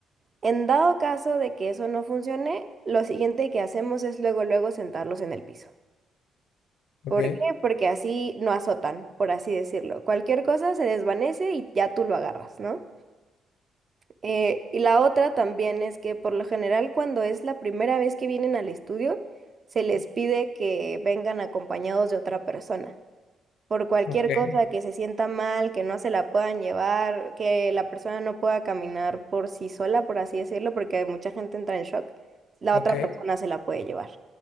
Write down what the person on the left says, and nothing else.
Ok,
ok,
ok.